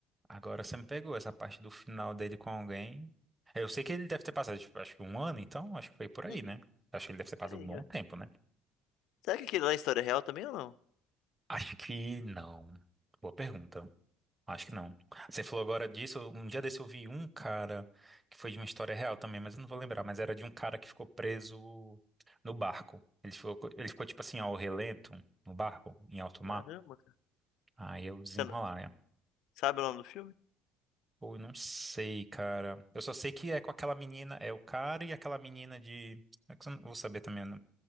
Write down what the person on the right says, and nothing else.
Agora você me pegou essa parte do final dele com alguém. Eu sei que ele deve ter passado, tipo, acho que um ano, então, acho que foi por aí,
né? Acho que ele deve ter passado
um bom
tempo, né?
Acho que não. Boa pergunta. Acho que não. Você falou agora disso. Um dia desse eu vi um cara que foi de uma história real também, mas eu não vou lembrar. Mas era de um cara que ficou preso no barco. Ele ficou, ele ficou tipo assim, ao relento, no barco, em alto
mar.
Aí eu desenrolar,
né?
Pô, eu não sei, cara. Eu só sei que é com aquela menina, é o cara e aquela menina de. é que eu não vou saber também. Não,